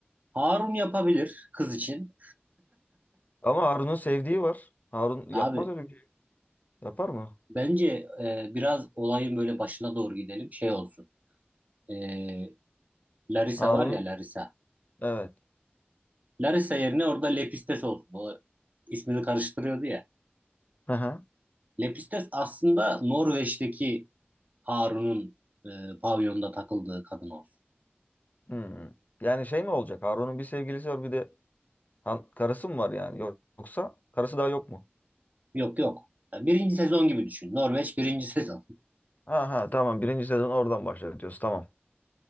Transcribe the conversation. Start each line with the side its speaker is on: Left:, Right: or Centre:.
Right: Harun yapabilir kız için.
Left: Ama Harun'un sevdiği var. Harun yapmaz
Right: Abi
Left: öyle bir şey. Yapar mı?
Right: bence e, biraz olayın böyle başına doğru gidelim. Şey olsun. E, Larisa
Left: Harun'un
Right: var ya Larisa.
Left: evet.
Right: Larisa yerine orada Lepistes oldu. O ismini karıştırıyordu ya.
Left: Hı hı.
Right: Lepistes aslında Norveç'teki Harun'un e, pavyonda takıldığı kadın olsun.
Left: Hmm. Yani şey mi olacak? Harun'un bir sevgilisi var bir de han- karısı mı var yani? Yok- Yoksa karısı daha yok mu?
Right: Yok yok. Ya Birinci sezon gibi düşün. Norveç birinci sezon.
Left: Aha tamam birinci sezon oradan başlar diyorsun tamam.